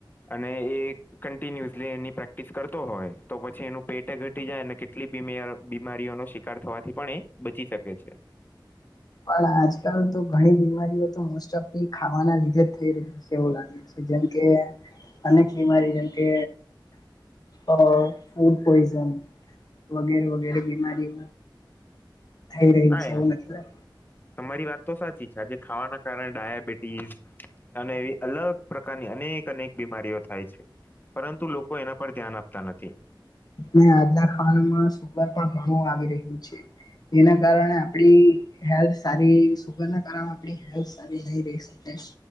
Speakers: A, on the left; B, on the left.
A: અને એ કન્ટિન્યુઅસલી એની પ્રેક્ટિસ કરતો હોય તો પછી એનું પેટે ઘટી જાય અને કેટલી <unintelligible> બીમારીઓ શિક કાર થવાથી પણ એ બચી શકે છે.
B: પણ આજકાલ તો ઘણી બીમારીઓ તો મોસ્ટ ઓફની ખાવાના લીધે જ થઈ રહી. એવું લાગ્યું છે જેમકે અનેક બીમારી જેમ કે અ ફૂડ પોઈઝન વગેરે વગેરે બીમારીઓ થઈ રહી
A: હા
B: છે
A: યાર
B: એવું મતલબ
A: તમારી વાત તો સાચી છે આજે ખાવાના કારણે ડાયાબિટીસ અને એવી અલગ પ્રકારની અનેક અનેક બીમારીઓ થાય છે પરંતુ લોકો એના પર ધ્યાન આપતા નથી.
B: ને આજ ના ખાવામાં સુગર પણ ઘણું આવી રહ્યું છે. એના કારણે આપણી હેલ્થ સારી સુગર ના કારણે આપણી હેલ્થ સારી નહી રહિ શકે.